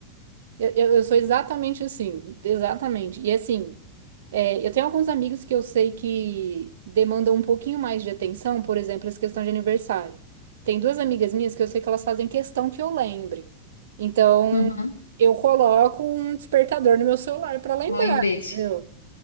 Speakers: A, on the right; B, on the left.
A: Eu, eu, eu sou exatamente assim. Exatamente. E assim, é, eu tenho alguns amigos que eu sei que demandam um pouquinho mais de atenção, por exemplo, essa questão de aniversário. Tem duas amigas minhas que eu sei que elas fazem questão que eu lembre. Então,
B: Uhum.
A: eu coloco um despertador no meu celular para lembrar,
B: Um lembrete.
A: entendeu?